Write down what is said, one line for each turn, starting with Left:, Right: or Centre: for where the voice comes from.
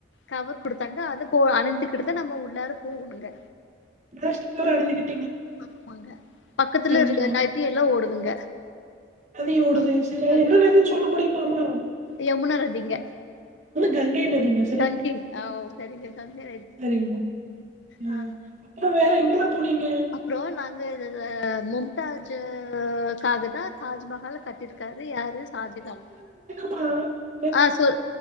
Left: கவர் குடுத்தாங்க அது போ அணிந்துக்கிடுத்தா நம்ம உள்ளார போகணுங்க
Right: பெஸ்ட் கட <unintelligible>
Left: ஆமாங்க பக்கத்துல
Right: சரிங்கம்மா
Left: ஒரு நதியெல்லா ஓடுதுங்க
Right: நதி ஓடுது
Left: ஆ
Right: சரி
Left: நதி
Right: என்னநதின்னு
Left: ஓடுது.
Right: சொல்ல முடியுமாமா
Left: யமுனா நதிங்க
Right: கங்கை நதிங்க
Left: தங்கீர் அ ஓ சரிங்க கங்கை
Right: உம் அ
Left: ஆ
Right: அப்றோ வேற எங்கெல்லா போனீங்க
Left: அப்றோ நாங்க மும்தாஜுக்காக தா தாஜ்மஹால கட் டிருக்காரு யாரு சாஜகான்
Right: உம்
Left: ஆ சொல்